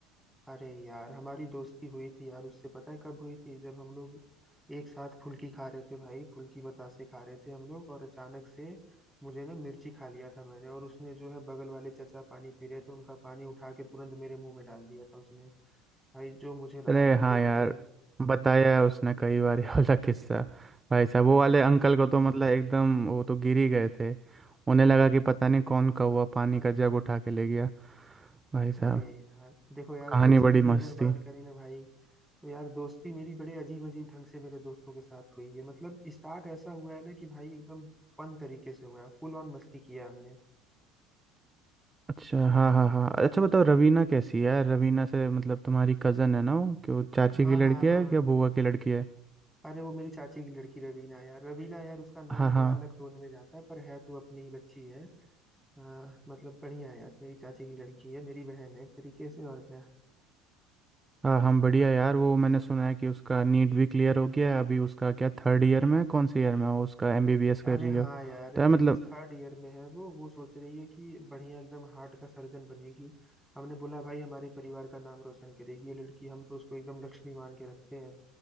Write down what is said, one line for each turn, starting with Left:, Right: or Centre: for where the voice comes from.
Centre: अरे यार हमारी दोस्ती हुई थी यार उससे पता है कब हुई थी जब हम लोग एक साथ फुल्की खा रहे थे भाई फुल्की बतासे खा रहे थे हम लोग और अचानक से मुझे ना मिर्ची खा लिया था मैंने और उसने जो है बगल वाले चचा पानी पी रहे थे उनका पानी उठा के तुरंत मेरे मुंह में डाल दिया था उसने भाई जो मुझे राहत
Right: अरे हाँ
Centre: मिली थी
Right: यार
Centre: ना
Right: बताया है उसने कई बार <laughs> ये वाला किस्सा भाई साहब
Centre: हाँ,
Right: वो वाले अंकल को तो मतलब एकदम वो तो गिर ही गए थे उन्हें लगा कि पता नहीं कौन कौवा पानी का जग उठा के ले गया भाई साहब
Centre: अरे यार देखो यार
Right: कहानी
Centre: दोस्ती
Right: बड़ी
Centre: की
Right: मस्त
Centre: अगर बात
Right: थी
Centre: करें ना भाई तो यार दोस्ती मेरी बड़े अजीब अजीब ढंग से मेरे दोस्तों के साथ हुई है मतलब स्टार्ट ऐसा हुआ है ना कि भाई एकदम फन तरीके से हुआ है फुल ऑन मस्ती किया हमने
Right: अच्छा हाँ हाँ हाँ अच्छा बताओ रवीना कैसी है यार? रवीना से मतलब तुम्हारी कज़न है ना वो कि वो चाची
Centre: हाँ
Right: की लड़की
Centre: हाँ हाँ
Right: है
Centre: हाँ।
Right: या बुआ की लड़की है
Centre: अरे वो मेरी चाची की लड़की रवीना यार रवीना यार उसका नाम
Right: हाँ हाँ
Centre: थोड़ा अलग टोन में जाता है पर है तो अपनी ही बच्ची है हाँ, मतलब बढ़िया है यार मेरी चाची की लड़की है मेरी बहन है एक तरीके से और क्या
Right: हाँ हम बढ़िया यार वो मैंने सुना है कि उसका नीट भी क्लियर हो गया है अभी उसका क्या थर्ड ईयर में है? कौन से ईयर में है वो उसका एमबीबीएस कर
Centre: अरे
Right: रही
Centre: हाँ
Right: हो तो
Centre: यार एमबीबीएस
Right: यार मतलब
Centre: थर्ड ईयर में है वो वो सोच रही है कि बढ़िया एकदम हार्ट का सर्जन बनेगी हमने बोला भाई हमारे परिवार का नाम रोशन करेगी ये लड़की हम तो उसको एकदम लक्ष्मी मान के रखते हैं